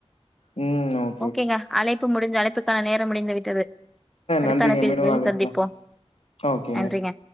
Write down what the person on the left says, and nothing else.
ம்
நன்றிங்க
மீண்டும்
அழைக்கலாம்
ஓகேங்க